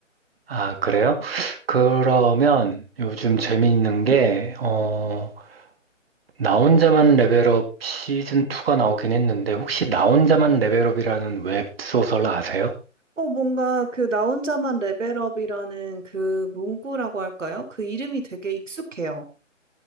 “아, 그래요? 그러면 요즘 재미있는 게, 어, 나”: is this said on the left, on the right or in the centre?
Right